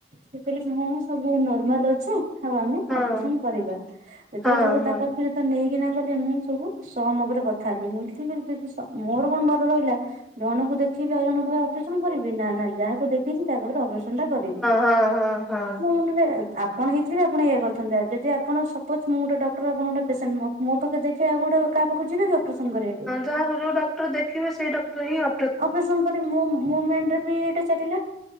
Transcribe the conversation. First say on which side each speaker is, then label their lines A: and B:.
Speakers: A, on the right (about 45°); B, in the centre.
A: ସେ କହିଲେ ହଁ ସବୁ ନର୍ମାଲ ଅଛ ହେଲାଣି
B: ହଁ ହଁ
A: ନା ଅପରେସନ କରିବା ଯେତେବେଳେ
B: ହଁ
A: ତାକୁ
B: ହଁ ହଁ
A: ତା ପାଖରେ ତ ନେଇକିନା ଗଲେ ମୁଁ ସବୁ ସହମରେ କଥା ହେଲି ମୁଁ ଠିକ ଅଛି ଯଦି ସମ୍ ମୋର କଣ ଡର ରହିଲା ଜଣଙ୍କୁ ଦେଖିବି ଆଉ ଜଣଙ୍କ ଅପରେସନ କରିବି ନା ନା ଯାହାକୁ ଦେଖେଇଛି ତା ପାଖରେ ଅପରେସନ ସେଣ୍ଟ କରିବି
B: ହଁ ହଁ ହଁ
A: ମୋ ମନରେ ଆପଣ ହେଇଥିବ ଆପଣ ଏଇଆ କରିଥାନ୍ତେ ଯଦି ଆପଣ ସପୋଜ ମୁଁ ଗୋଟ ଡକ୍ଟର ଆପଣ ଗଟେ ପେସେଣ୍ଟ ମୋ ମୋ ପାଖ ଆଉ ଗୋଟେ କାହା ପାଖକୁ ଯିବେ ଅପରେସନ କରବାକୁ।
B: ଯକୁ ଯଉ ଡ ଡଟର ଦେଖିବେ ସେଇ ଡକ୍ଟର ହିଁ ଅ
A: ଅପରେଶନ। କରି ମୋ ମୋ ମାଏଣ୍ଡି ବି ଏଇଟା ଚାଲିଲା